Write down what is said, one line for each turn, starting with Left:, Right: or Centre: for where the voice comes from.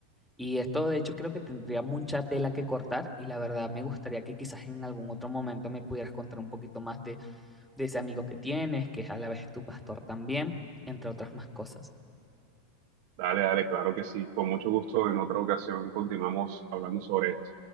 Centre: Y esto, de hecho, creo que tendría mucha tela que cortar y la verdad me gustaría que quizás en algún otro momento me pudieras contar un poquito más de, de ese amigo que tienes, que es a la vez tu pastor también, entre otras más cosas.
Right: Dale, dale, claro que sí. Con mucho gusto, en otra ocasión continuamos hablando sobre esto.